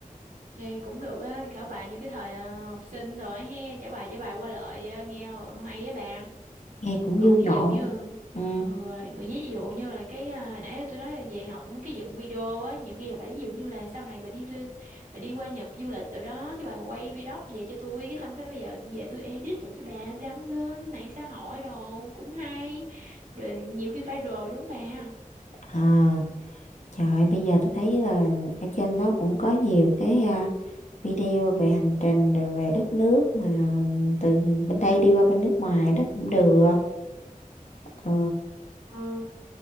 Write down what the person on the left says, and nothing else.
nghe cũng
vui
nhộn
ừ.
à, trời ơi, bây giờ tôi thấy là ở trên đó cũng có nhiều cái à, video về hành trình rồi về đất nước mà từ bên đây đi qua bên nước ngoài đó cũng được ờ,